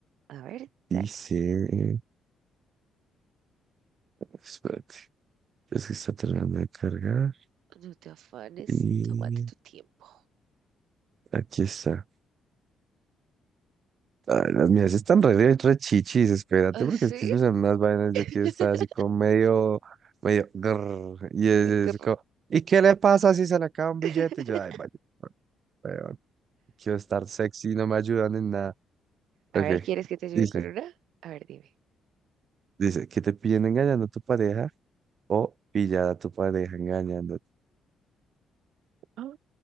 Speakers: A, on the right; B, on the right.
A: A ver,
B: Dice,
A: dale.
B: espérate, es que está terminando de cargar.
A: No te afanes,
B: Y
A: tómate tu tiempo.
B: aquí está. Ay, las mías están re, re chichis, espérate,
A: ¿Ah,
B: porque
A: sí?
B: es que mis salen unas vainas, yo
A: <laughs>
B: quiero estar así como medio, medio, grrr, y es,
A: Ay, qué horror.
B: es como, ¿y qué le pasa si se le acaba un billete?
A: <laughs>
B: Y yo, ay, vaya, bueno, weón, quiero estar sexy, no me ayudan en nada.
A: A
B: Ok,
A: ver, ¿quieres que te ayude
B: dice,
A: con una? A ver, dime.
B: dice, que te piden engañando a tu pareja o pillar a tu pareja engañándote.
A: Ah,